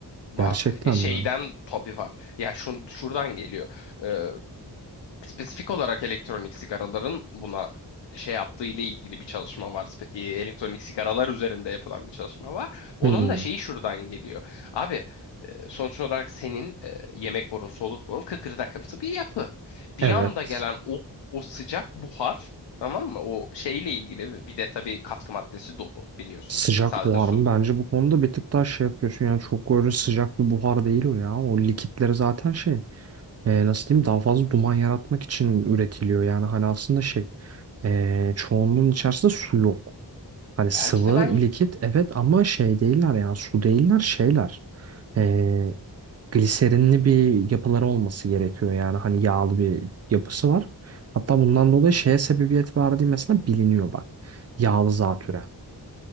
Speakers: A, on the left (about 85°); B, on the right (about 40°).
A: Var.
B: Gerçekten
A: Ya şeyden
B: mi?
A: tabii var. Ya şun, şuradan geliyor. Ee, Spesifik olarak elektronik sigaraların buna şey yaptığı ile ilgili bir çalışma var. Spe- e, Elektronik sigaralar üzerinde yapılan bir çalışma var. Onun
B: Hmm,
A: da şeyi şuradan geliyor. Abi e, sonuç olarak senin e, yemek borun, soluk borun kıkırdakımsı bir yapı. Bir
B: evet.
A: anda gelen o, o sıcak buhar tamam mı? O şeyle ilgili bir de tabii katkı maddesi dolu biliyorsun.
B: Sıcak
A: Sadece
B: buhar
A: su.
B: mı? Bence bu konuda bir tık daha şey yapıyorsun. Yani çok öyle sıcak bir buhar değil o ya. O likitleri zaten şey. e, nasıl diyeyim? Daha fazla duman yaratmak için üretiliyor. Yani hani aslında şey. e, çoğunluğun içerisinde su yok. Hani sıvı,
A: Belki de ben ye.
B: likit evet ama şey değiller yani su değiller şeyler. Ee, gliserinli bir yapıları olması gerekiyor yani hani yağlı bir yapısı var. Hatta bundan dolayı şeye sebebiyet verdiği mesela biliniyor bak. Yağlı zatüre.